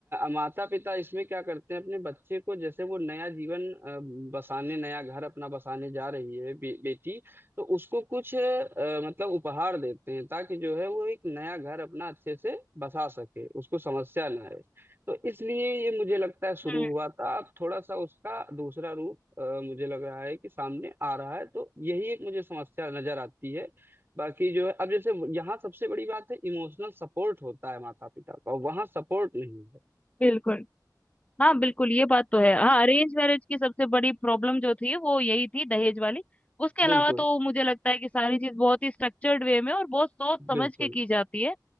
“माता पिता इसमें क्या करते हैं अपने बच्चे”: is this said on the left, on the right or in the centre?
Right